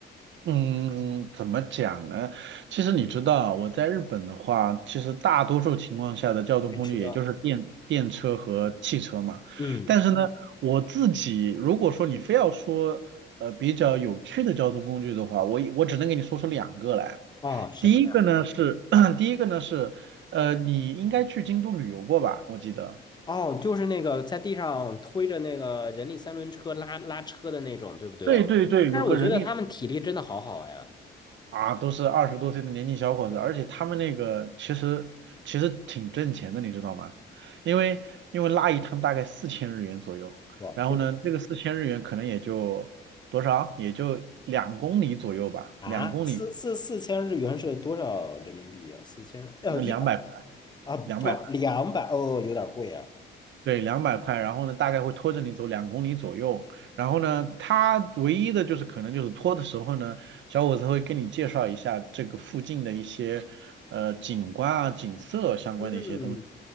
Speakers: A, on the right; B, on the left.
A: 嗯，怎么讲呢？其实你知道，我在日本的话，其实大多数情况下的交通工具也就是电电车和汽车嘛。
B: 电车。嗯，
A: 但是呢，我自己如果说你非要说呃比较有趣的交通工具的话，我我只能给你说出两个来。
B: 哦，什么呀？
A: 第一个呢是 <clears throat> 第一个呢是呃，你应该去京都旅游过吧？我记得。
B: 哦，就是那个在地上推着那个人力三轮车拉拉车的那种，对不对？
A: 对对对，有个人力
B: 但是我觉得他们体力真的好好呀。
A: 啊，都是二十多岁的年轻小伙子，而且他们那个其实其实挺挣钱的，你知道吗？因为因为拉一趟大概四千日元左右，
B: 哇，
A: 然后呢，
B: 这个。
A: 这个四千日元可能也就多少，也就两公里左右吧，
B: 啊，
A: 两公里
B: 四四四千日元是多少人民币呀？四千，呃，
A: 那两百
B: 一百啊，不，
A: 两百块，
B: 两百哦，有点贵啊。
A: 对，两百块，然后呢，大概会拖着你走两公里左右，然后呢，他唯一的就是可能就是拖的时候呢，小伙子会跟你介绍一下这个附近的一些呃景观啊、景色相关的一些东西。
B: 嗯，